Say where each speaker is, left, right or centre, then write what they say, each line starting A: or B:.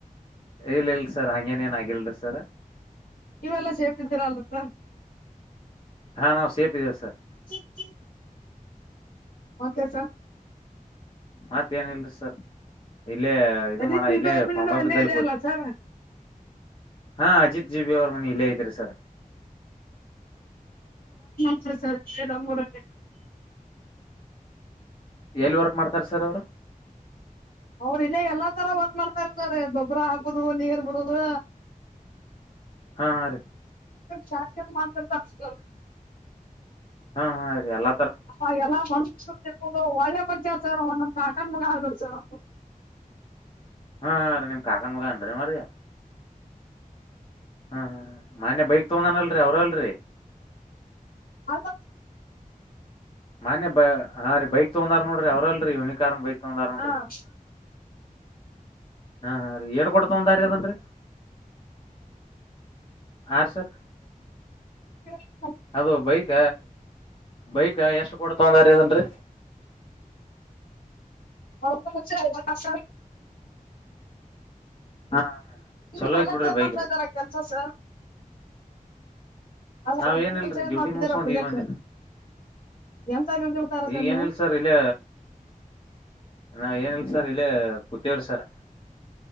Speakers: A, on the left; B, on the left.
A: ಇಲ್ ಇಲ್ ಸರ್ ಹಂಗೇನ ಏನ್ ಆಗಲ್ರಿ ಸರ್.
B: ನೀವೆಲ್ಲಾ ಸೇಫ ಇದ್ದೀರ ಅಲ್ಲ ಸರ್.
A: ಹಾ ನಾವು ಸೇಪ್ ಇದೇವೆ ಸರ್.
B: <inaudible> ಮತ್ತೆ ಸರ್.
A: ಮತ್ತೆ ಏನ್ ಇಲ್ರಿ ಸರ್. ಇಲ್ಲೇ ಇದು
B: ಅಜಿತ್
A: ಮಾಡ ಇಲ್ಲೇ ಕೊಂಬಾ
B: ಅಲ್ಲೇ
A: ಬಿದ್ದಲ್ಲಿ
B: ಇದೆ
A: ಕೂತ
B: ಅಲ್ಲ ಸರ್
A: ಹಾ ಅಜಿತ್. ಜಿ ಬವಿ ಅವ್ರ ಮನಿ ಇಲ್ಲೇ ಐತ್ರಿ ಸರ್.
B: ಸಲ್ಲರ. <inaudible>
A: ಎಲ್ ವರ್ಕ್ ಮಾಡ್ತಾರ ಸರ್ ಅವರು.
B: ಅವ್ರ ಇಲ್ಲೇ ಎಲ್ಲಾ ತರ ವರ್ಕ್ ಮಾಡ್ತಾರತರ್ ಗೊಬ್ಬರ ಹಾಕುದು ನೀರ್ ಬಿಡುದು.
A: ಹಾ ಹಾ ರೀ
B: ಶಾಸ್ತಿ ಮಾತಾಡ್ಗ್ತ. <inaudible>
A: ಹಾ ಹಾ ರೀ ಎಲ್ಲ.
B: ಹಾ ಎಲ್ಲಾ ಮಂಷ ಅದು ತಿಕ್ಕೊದು ಒಳ್ಳೆ ಮಂಷ ಆಚಾರ ಒ. ಕಾಕನ ಮಗಾ ಹಗಡ್ಚ ರ.
A: ಹಾ ರೀ ನಿಮ್ ಕಾಕನ್ ಮಗ ಏನ್ರಿ ಅವರಿ. ಹ್ಮ್ ಹ್ಮ್ ಮನ್ಯ ಬೈಕ್ ತೊಗಂದಾನ ಅಲ್ರಿ ಅವ್ರ ಅಲ್ರರಿ.
B: ಹ. <inaudible>
A: ಹಾ ರ ಬೈಕ್ ತಗಂದಾರ ನೋಡರಿ ಅವ್ರರಲ್ರಿ ಯನಿಕಾರ್ನ್ ಬೈಕ್. ತೊಗೊಂಡಾರ ನೋಡ್ರಿ
B: ಹಾ ಹ.
A: ಹಾ ರೀ ಏಟ ಕೊಟ್ಟ ತೊಗೊಂಡರಿ ಅದನ್ರಿ. ಹಾರಿ ಸರ್.
B: ಹ್ಮ.
A: ಅದು ಬೈಕ. ಬೈಕ್ ಎಷ್ಟು ಕೊಟ್ಟ ತೊಗೊಂಡರಿ ಇದನ್ರಿ.
B: <inaudible>
A: ಹಾ.
B: ನಿಮ
A: ಚಲೋ
B: ಪ್ರೆಸೆಂಟ್
A: ಐತ್ ಬಿಡ್ರಿ
B: ಏನ್
A: ಬೈಕ್
B: ಮಾಡ್ತಾ
A: ರೀ
B: ಇದಿದಾರ ಕೆಲ್ಸ ಸರ್. ಅಲ್ಲ
A: ನಾವ ಏನಲ್ರರಿ
B: ಏನ್
A: ಡ್ಯೂಟಿ
B: ಮಾಡ್ತಿದ್ದೀರಾ
A: ಮುಗಸ್ಕೊಂಡ್
B: ಪ್ರೆಸೆಂಟ್
A: ಈಗ ಬಂದೆ.
B: ಎಂತ ಬಿಡ್ತಾರ
A: ಈಗ ಏನಿಲ್ಲ
B: ನೀವು
A: ಸರ್ ಇಲ್ಲ. ನಾವ ಏನಲ್ ಸರ್ ಇಲ್ಲೇ ಕೂತೇವ್ರಿ ಸರ್.